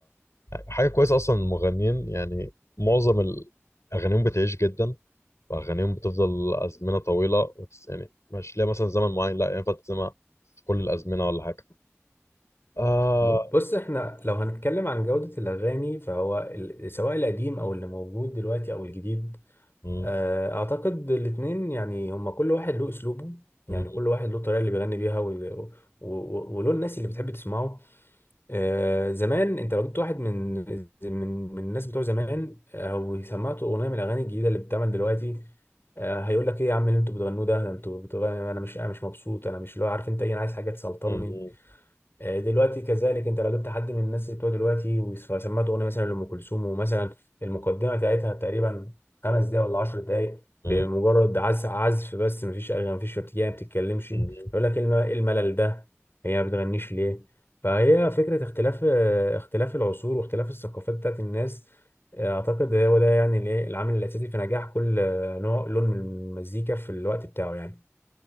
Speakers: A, on the left (about 85°); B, on the left (about 50°).
A: حاجة كويسة أصلا المغنيين يعني معظم ال- أغانيهم بتعيش جدا وأغانيهم بتفضل أزمنة طويلة وتس- يعني مش ليها مثلا زمن معين لا ينفع تسمع كل الأزمنة ولا حاجة آه
B: ب- بص احنا لو هنتكلم عن جوده الاغاني فهو ال... سواء القديم او اللي موجود دلوقتي او الجديد
A: مم.
B: آه، اعتقد الاتنين يعني هما كل واحد له اسلوبه
A: مم.
B: يعني كل واحد له الطريقه اللي بيغني بيها وال- و- و- وله الناس اللي بتحب تسمعه آه، زمان انت لو جبت واحد من من من الناس بتوع زمان او سمعته اغنيه من الاغاني الجديده اللي بتتعمل دلوقتي آه، هيقول لك ايه يا عم اللي انتوا بتغنوه ده انتوا بتغنوا انا مش انا مش مبسوط انا مش اللي هو عارف انت ايه انا عايز حاجه تسلطني
A: مم.
B: آه، دلوقتي كذلك انت لو جبت حد من الناس اللي بتوع دلوقتي وسمعت اغنيه مثلا لام كلثوم ومثلا المقدمه بتاعتها تقريبا خمس دقايق ولا 10 دقايق
A: مم.
B: بمجرد عزف عزف بس مفيش اغاني مفيش ارتجال ما بتتكلمش
A: مم.
B: يقول لك إيه الم- إيه الملل ده هي ما بتغنيش ليه فهي فكره اختلاف آه، اختلاف العصور واختلاف الثقافات بتاعت الناس آه، اعتقد هو ده يعني الايه العامل الاساسي في نجاح كل آه، نوع لون من المزيكا في الوقت بتاعه يعني